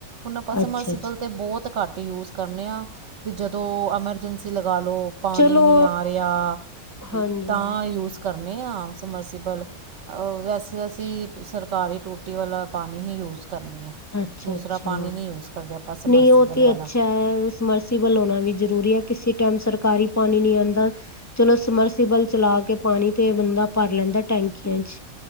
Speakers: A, on the right (about 55°); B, on the left (about 20°).
A: ਹੁਨ ਆਪਾਂ ਸਮਰਸੀਬਲ
B: ਅੱਛਾ ਅੱਛਾ
A: ਤੇ ਬੋਤ ਘੱਟ ਯੂਜ ਕਰਨੇ ਆਂ, ਵੀ ਜਦੋਂ ਐਮਰਜਂਸੀ <unintelligible> ਪਾਣੀ
B: ਚਲੋ
A: ਨੀ ਆ ਰੇਆ ਤੇ
B: ਹਾਂਜੀ
A: ਤਾਂ
B: ਹਾਂਜੀ
A: ਯੂਸ ਕਰਨ <unintelligible> ਸਮਰਸੀਬਲ ਅ ਵੈਸੇ ਅਸੀ ਸਰਕਾਰੀ ਟੂਟੀ ਵਾਲਾ ਪਾਨੀ ਹੀ ਯੂਜ ਕਰਨੇ ਆ
B: ਅੱਛਾ,
A: ਦੂਸਰਾ
B: ਅੱਛਾ
A: ਪਾਣੀ ਨਹੀਂ ਯੂਜ ਕਰਦੇ ਆਪਾਂ ਸਮਰਸੀਬਲ
B: ਨਈ ਓ ਤੇ
A: ਵਾਲਾ
B: ਅੱਛਾ ਹੈ ਸਮਰਸੀਬਲ ਹੋਨਾ ਵੀ ਜ਼ਰੂਰੀ ਐ। ਕਿਸੀ ਟੈਮ ਸਰਕਾਰੀ ਪਾਨੀ ਨੀ ਆਂਦਾ, ਚਲੋ ਸਮਰਸੀਬਲ ਚਲਾ ਕੇ ਪਾਨੀ ਤੇ ਬੰਦਾ ਭਰ ਲੈ ਦਾ ਟੈਂਕੀਆਂ ਚ।